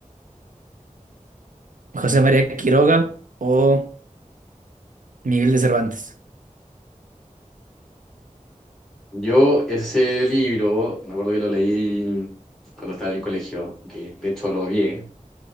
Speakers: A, on the right; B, in the centre.
A: José María Quiroga o Miguel de Cervantes.
B: Yo ese libro, me acuerdo que lo leí cuando estaba en el colegio, que de hecho lo odié.